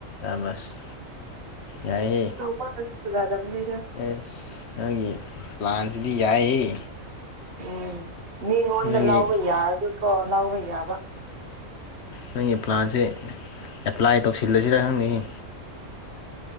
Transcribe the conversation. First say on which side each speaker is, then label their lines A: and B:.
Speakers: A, on the left; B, on the right.
A: ꯑꯕꯁ ꯌꯥꯏꯍꯦ
B: ꯆꯥꯎꯃꯜꯂꯁꯨ ꯐꯖꯗꯕꯅꯤꯗ
A: ꯑꯦꯁꯦ ꯂ꯭ꯂꯥꯟꯆꯗꯤ ꯌꯥꯏ
B: ꯎꯝ ꯃꯤꯉꯣꯟꯗ
A: ꯅꯣꯏꯒꯤ
B: ꯂꯕ ꯌꯥꯔꯗꯤꯀꯣ ꯂꯕ ꯌꯥꯕ
A: ꯅꯣꯏꯒꯤ ꯄ꯭ꯂꯥꯟꯁꯦ ꯑꯦꯄ꯭ꯂꯥꯏ ꯇꯧꯁꯤꯜꯂꯁꯤꯔ ꯈꯪꯅꯤꯡꯉꯤ